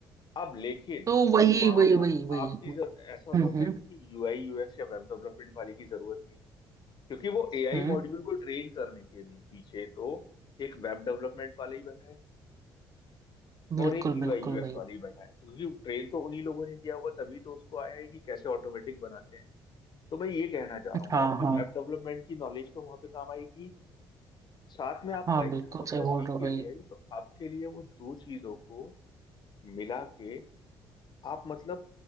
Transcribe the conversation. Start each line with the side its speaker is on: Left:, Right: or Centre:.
Left: अब लेकिन
Right: तो वही
Left: वहां
Right: वही वही
Left: पर
Right: वही
Left: आपकी जर, ऐसा
Right: हम्म
Left: तो
Right: हम्म
Left: है नहीं कि यूआई यूएक्स या वेब डेवलपमेंट वाले की जरूरत नहीं है क्योंकि वो एआई
Right: हम्म
Left: मॉड्यूल को ट्रेन करने के लिए पीछे तो एक वेब डेवलपमेंट वाला ही बैठा है
Right: बिल्कुल
Left: और एक यूआई
Right: बिल्कुल
Left: यूएक्स
Right: भाई
Left: वाला ही बैठा है तो क्योंकि ट्रेन तो उन्हीं लोगों ने किया हुआ तभी तो उसको आया है कि कैसे ऑटोमेटिक बनाते हैं तो मैं ये कहना चाह रहा
Right: हाँ
Left: हूँ तो आपकी
Right: हाँ
Left: वेब डेवलपमेंट की नॉलेज तो वहां पे काम आएगी साथ में आप
Right: हाँ
Left: पाइथन
Right: बिल्कुल
Left: वगैरह
Right: सही बोल
Left: सीख
Right: रहे हो भाई
Left: के एआई तो आपके लिए वो दो चीजों को मिला के आप मतलब